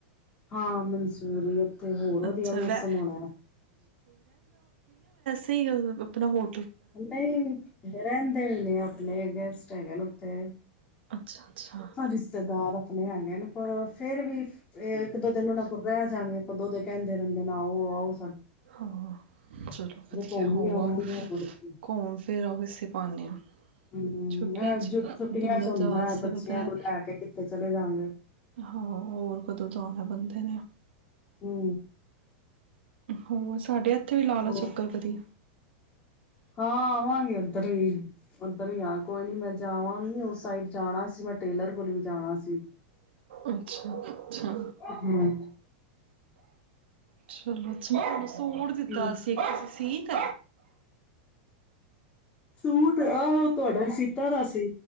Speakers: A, on the left; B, on the right.
A: ਹਾਂ ਮਨਸੂਰੀ ਉੱਥੇ ਹੋਰ ਵਧੀਆ
B: ਅੱਛਾ
A: ਮੌਸਮ
B: ਵੈ
A: ਹੋਣਾ,
B: ਸਹੀ ਗੱਲ ਆਪਣਾ ਹੋ
A: ਨਹੀ ਰਹਿੰਦੇ ਨੇ ਉੱਥੇ ਲ ਗੈਸਟ ਹੈਨੇ ਨੇ ਉੱਥੇ
B: ਅੱਛਾ ਅੱਛਾ
A: ਰਿਸ਼ਤੇਦਾਰ ਆਪਣੇ ਆ, ਪਰ ਫਿਰ ਵੀ ਇੱਕ ਦੋ ਦਿਨ ਰਹਿ ਜਾ ਗੇ ਕਦੋਂ ਦੇ ਕਹਿੰਦੇ ਰਹਿੰਦੇ ਨੈ ਆਉ ਆਉ।
B: ਹੂੰ, ਚਲੋ ਵਧੀਆ
A: ਘੁੰਮ
B: ਹੋਆ
A: ਵੀ ਆਵਾਂਗੇ ਹੋਰ ਕੀ
B: ਘੁੰਮ ਫਿਰ ਇਸੇ ਬਹਾਨੇ,
A: ਹੂੰ
B: ਛੁੱਟੀਆਂ
A: ਇਹ
B: ਚ
A: ਛੁੱਟੀਆਂ
B: ਬੰਦਾ
A: ਚ ਹੁੰਦਾ
B: ਜਾ
A: ਹੈ,
B: ਸਕਦਾ
A: ਬੱਚਿਆਂ
B: ਹੈ
A: ਨੂੰ ਲੈ ਕੇ ਕਿੱਥੇ ਚਲੇ ਜਾ ਗੇ।
B: ਹਾਂ ਹੋਰ ਕਦੋਂ ਜਾਣਾ ਬੰਦੇ ਨੇ, <unintelligible>
A: ਹੂੰ,
B: ਹੋ ਸਾਢੇ ਅੱ ਉੱਥੇ ਵੀ ਲਾਲੋ ਚੱਕਰ
A: ਉਹ
B: ਕਦੀ।
A: ਹਾਂ ਆਵਾਂਗੀ, ਉੱਧਰ ਹੀ ਉੱਧਰ ਹੀ ਆ ਕੋਈ ਨੀ ਮੈਂ ਜਾਵਾਂਗੀ, ਉਸ ਸਾਈਡ ਜਾਣਾ ਸੀ ਮੈਂ ਟੇਲਰ ਕੋਲ ਵੀ ਜਾਣਾ ਸੀ।
B: ਅੱਛਾ-ਅੱਛਾ,
A: ਹੂੰ।
B: ਚਲੋ ਜੀ ਚਲੋ। ਸੂਟ ਦਿੱਤਾ
A: ਹੂੰ
B: ਸੀ ਇਕ ਤੁਸੀਂ, <inaudible>
A: ਸੂਟ ਆਹੋ ਤੁਹਾਡਾ ਸੀਤਾ ਤਾ ਸੀ।